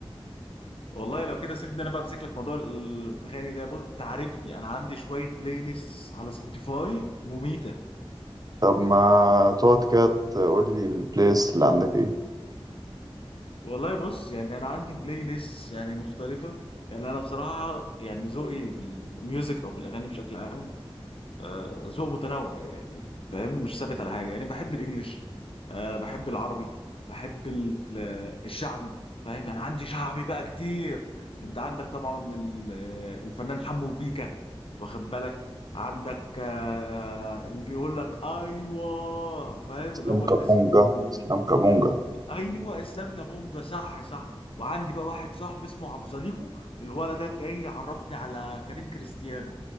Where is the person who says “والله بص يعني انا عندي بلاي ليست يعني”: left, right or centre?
Left